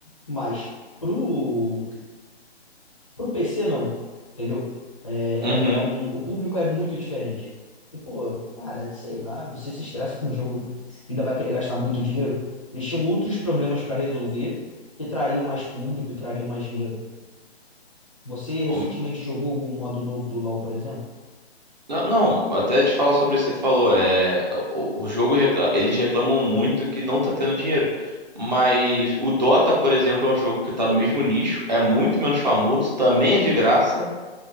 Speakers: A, on the left; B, on the right.
A: mas pro Pro PC, não. Entendeu? É,
B: uhum.
A: é um, o público é muito diferente. E, pô, cara, sei lá, você se estressa com o jogo, ainda vai querer gastar muito dinheiro. Eles tinham outros problemas para resolver que trariam mais público e trariam mais dinheiro. Você recentemente
B: Um,
A: jogou algum modo novo do LoL, por exemplo?
B: Não, não, até te falar sobre isso que você falou. É, o, o jogo, recla- eles reclamam muito que não tá tendo dinheiro. Mas o Dota, por exemplo, é um jogo que tá no mesmo nicho, é muito menos famoso, também é de graça.